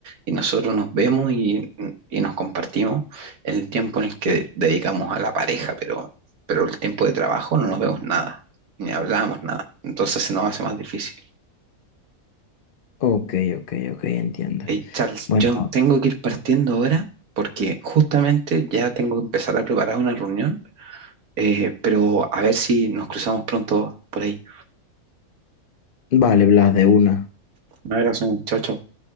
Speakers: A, on the right (about 85°); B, on the left (about 50°).
A: y nosotros nos vemos y, y nos compartimos el tiempo en el que dedicamos a la pareja, pero, pero el tiempo de trabajo no nos vemos nada, ni hablamos nada. Entonces se nos hace más difícil.
B: Ok, ok, ok, entiendo.
A: Hey, Charles,
B: Bueno,
A: yo tengo que ir partiendo ahora porque justamente ya tengo que empezar a preparar una reunión, eh, pero a ver si nos cruzamos pronto por ahí.
B: vale, Blas, de una.
A: Un abrazo, chao, chao.